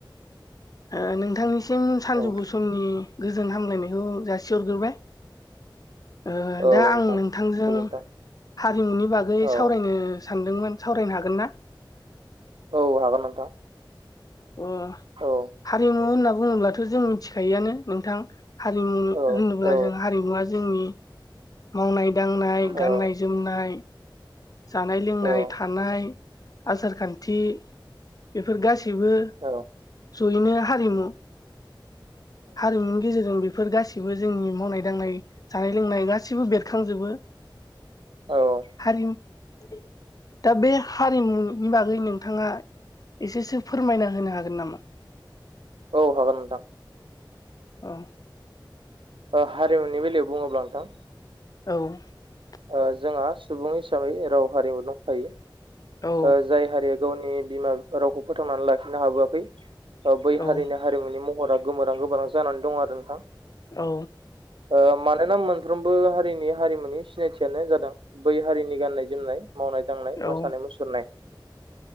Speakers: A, on the left; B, on the right.
A: ओ नोंथांनिसिम सानजौफु
B: औ
A: समनि गोजोन हामलायनायखौ जासिहरगोरबाय ओ
B: औ
A: दा आं
B: नोंथां
A: नोंथांजों
B: गोजोन्थों
A: हारिमुनि बागै
B: औ
A: सावरायनो सानदोंमोन सावरायनो हागोन ना
B: औ हागोन नोंथां
A: अ
B: औ
A: हारिमु होनना बुङोब्लाथ' जों मिथिखायोआनो नोंथां हारिमु
B: औ
A: होनोब्ला
B: औ
A: जों हारिमुवा जोंनि मावनाय दांनाय
B: औ
A: गाननाय जोमनाय जानाय लोंनाय
B: औ
A: थानाय आसार खान थि बेफोर गाससिबो
B: औ
A: जयैनो हारिमु हारिमुनि गेजेरजों बे फोर गासौबो जोंनि मावनाय दांनाय जानाय लोंनाय गासिबो बेरखांजोबो
B: औ
A: हारिमु दा बे हारिमुनि बागै नोंथाङा एसेसो फोरमायना होनो हागोन नामा
B: औ हागोन नोंथां
A: औ
B: अ हारिमुनि बेलायाव बुङोब्ला नोंथां
A: औ
B: ओ जोंहा सुबुं हिसाबै राव हारिमु दंखायो
A: औ
B: ओ जाय हारिया गावनि बिमा बिफा रावखौ फोथांनानै लाखिनो हाबोआखै ओ बै
A: औ
B: हारिनि हारिमुनि महरा गोमोरहां गोमोरहां जानानै दं आरो नोंथां
A: औ
B: ओ मानोना मोनफ्रोमबो हारिनि हारिमुनि सिनायथियानो जादों बै हारिनि गाननाय जोमनाय मावनाय दांनाय
A: औ
B: मोसानाय मुसुरनाय